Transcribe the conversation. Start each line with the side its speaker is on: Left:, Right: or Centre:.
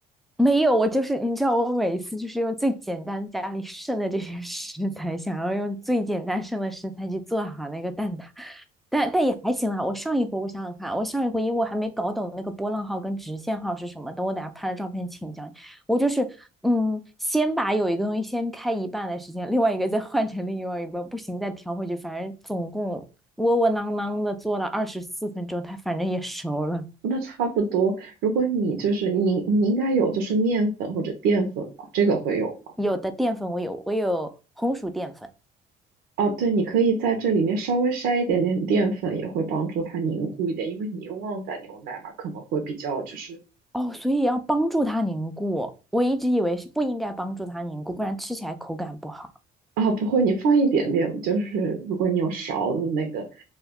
Centre: 没有，我就是你知道，我每一次就是用最简单家里剩的这些 <laughs> 食材，想要用最简单剩的食材去做好那个蛋挞，但但也还行啦。我上一回我想想看，我上一回因为我还没搞懂那个波浪号跟直线号是什么，等我等下拍了照片请教你。我就是嗯，先把有一个东西先开一半的时间，另外一个再换成另外一半，不行再调回去，反正总共窝窝囊囊的做了二十四分钟，它反正也熟了。
Right: 那差不多。如果你就是你，你应该有就是面粉或者淀粉吧，这个会有吗？
Centre: 有的淀粉我有，我有红薯淀粉。
Right: 哦，对，你可以在这里面稍微筛一点点淀粉，也会帮助它凝固一点，因为你用旺仔牛奶嘛，可能会比较就是
Centre: 哦，所以要帮助它凝固。我一直以为是不应该帮助它凝固，不然吃起来口感不好。
Right: 啊，不会，你放一点点，就是如果你有勺子那个